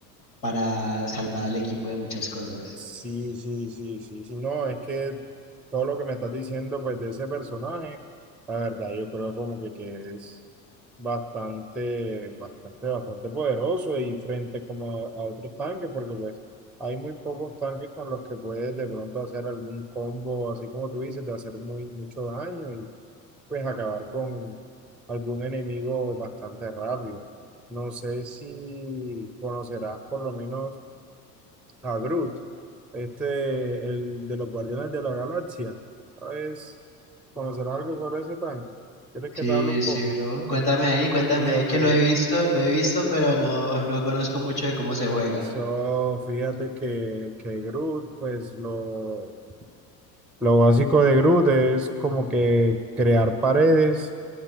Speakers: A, on the left (about 85°); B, in the centre.
A: para salvar al equipo de muchas cosas.
B: Sí, sí, sí, sí, sí, no, es que todo lo que me estás diciendo, pues, de ese personaje, la verdad, yo creo como que, que es bastante, bastante, bastante poderoso y frente como a, a otros tanques, porque pues hay muy pocos tanques con los que puedes de pronto hacer algún combo, así como tú dices, de hacer muy, mucho daño y pues acabar con algún enemigo bastante rápido. No sé si conocerás por lo menos a Groot este, el de los Guardianes de la Galaxia. ¿Sabes? ¿Conocer algo sobre ese tanque? ¿Quieres que
A: Sí,
B: te hable un poco?
A: sí, bro. Cuéntame ahí, cuéntame
B: Fíjate,
A: ahí que lo he visto, lo he visto, pero no, no conozco mucho de cómo se juega.
B: so, fíjate que, que Groot, pues lo, lo básico de Groot es como que crear paredes